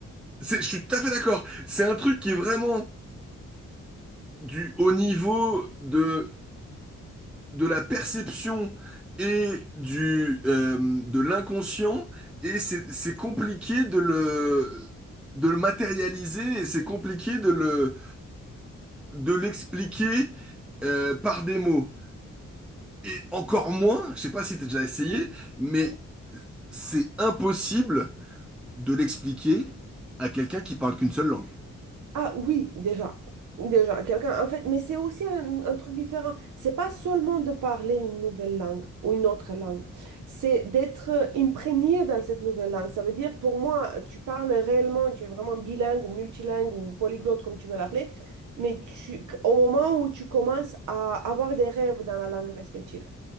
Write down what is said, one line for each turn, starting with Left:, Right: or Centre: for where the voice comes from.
Centre: C'est- je suis tout à fait d'accord. C'est un truc qui est vraiment du au niveau de, de la perception et du, euh, de l'inconscient, et c'est c'est compliqué de le, de le matérialiser, et c'est compliqué de le, de l'expliquer euh, par des mots. Et encore moins, je sais pas si tu as déjà essayé,
Right: <laughs>
Centre: mais
Right: Oui.
Centre: c'est impossible de l'expliquer à quelqu'un qui parle qu'une seule langue.
Right: Ah oui, déjà. Déjà, quelqu'un, en fait, mais c'est aussi un, un truc différent. C'est pas seulement de parler une nouvelle langue ou une autre langue, c'est d'être euh, imprégné dans cette nouvelle langue. Ça veut dire, pour moi, tu parles réellement, tu es vraiment bilingue ou multilingue ou polyglotte, comme tu veux l'appeler, mais tu, au moment où tu commences à avoir des rêves dans la langue respective.